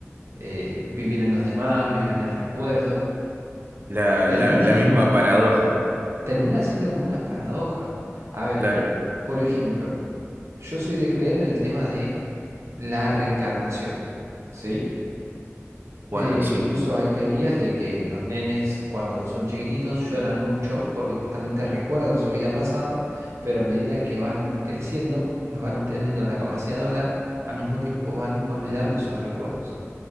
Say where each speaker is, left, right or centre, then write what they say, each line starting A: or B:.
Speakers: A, on the right; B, on the right.
A: eh, vivir en los demás, vivir en el recuerdo
B: La,
A: termina
B: la, la misma paradoja.
A: termina siendo como una paradoja. A ver,
B: Claro.
A: por ejemplo, yo soy de creer en el tema de la reencarnación, ¿sí?
B: Bueno,
A: Eh,
B: sí.
A: incluso hay teorías de que los nenes cuando son chiquititos lloran mucho porque justamente recuerdan su vida pasada, pero a medida que van creciendo y van obteniendo la capacidad de hablar, al mismo tiempo van olvidando esos recuerdos.